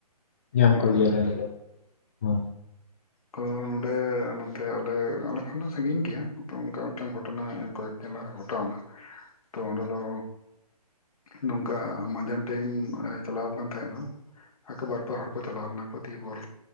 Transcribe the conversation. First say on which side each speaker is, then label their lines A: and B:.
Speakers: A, on the left; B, on the left.
A: ᱧᱟᱢ
B: ᱦᱳᱭ
A: ᱠᱚᱜᱮᱭᱟᱞᱮ
B: ᱦᱳᱭ
A: ᱟᱞᱮ ᱫᱚ ᱦᱮ
B: ᱱᱚᱰᱮ ᱱᱚᱛᱮ ᱟᱞᱮ ᱟᱞᱮ ᱠᱷᱚᱱ ᱫᱚ ᱥᱟᱺᱜᱤᱧ ᱜᱮᱭᱟ ᱚᱱᱠᱟ ᱢᱤᱫᱴᱟᱝ ᱜᱷᱚᱴᱚᱱᱟ ᱠᱚᱭᱮᱠ ᱫᱤᱱ ᱞᱟᱦᱟ ᱜᱷᱚᱴᱟᱣ ᱮᱱᱟ ᱛᱚ ᱚᱸᱰᱮ ᱫᱚ ᱱᱚᱝᱠᱟ ᱢᱟᱸᱡᱟᱱ ᱴᱟᱭᱤᱢ ᱪᱟᱞᱟᱣ ᱟᱠᱟᱱ ᱛᱟᱦᱮᱸᱫ ᱠᱚ ᱟᱠᱚ ᱵᱟᱨᱯᱮ ᱦᱚᱲ ᱠᱚ ᱪᱟᱞᱟᱣ ᱞᱮᱱᱟ ᱠᱚ ᱫᱤᱭᱵᱚᱨ